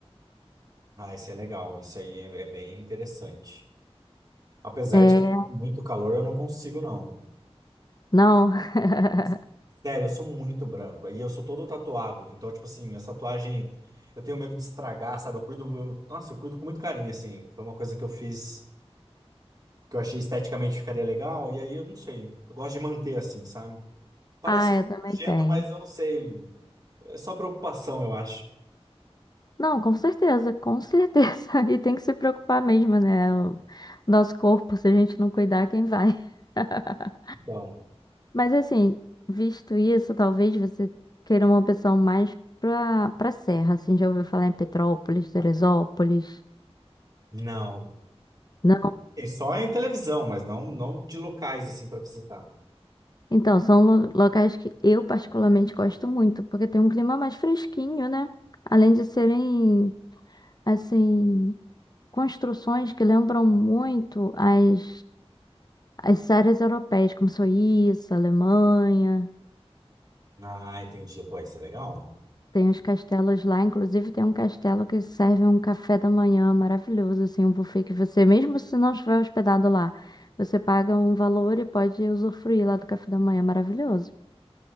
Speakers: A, on the right (about 40°); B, on the left (about 40°).
A: Ah, isso é legal, isso aí é, é bem interessante. Apesar
B: É,
A: de que é muito calor, eu não consigo, não.
B: não. <laughs>
A: Nossa, sério, eu sou muito branco. E eu sou todo tatuado. Então, tipo assim, essa tatuagem, eu tenho medo de estragar, sabe? Eu cuido, eu, nossa, eu cuido com muito carinho, assim. Foi uma coisa que eu fiz que eu achei esteticamente ficaria legal. E aí, eu não sei. Eu gosto de manter assim, sabe? Parece
B: Ah, eu também
A: nojento,
B: tenho.
A: mas eu não sei. É só preocupação, eu acho.
B: Não, com certeza, com certeza. <laughs> E tem que se preocupar mesmo, né? O nosso corpo, se a gente não cuidar, quem vai? <laughs>
A: Então,
B: Mas assim, visto isso, talvez você queira uma opção mais pra, pra serra, assim, já ouviu falar em Petrópolis, Teresópolis.
A: não.
B: né?
A: E só em televisão, mas não, não de locais, assim, pra visitar.
B: Então, são lo- locais que eu particularmente gosto muito, porque tem um clima mais fresquinho, né? Além de serem, assim, construções que lembram muito as, as séries europeias, como Suíça, Alemanha.
A: Ah, entendi. Pô, isso é legal.
B: Tem os castelos lá, inclusive tem um castelo que serve um café da manhã maravilhoso, assim, um buffet que você, mesmo se não estiver hospedado lá, você paga um valor e pode usufruir lá do café da manhã maravilhoso.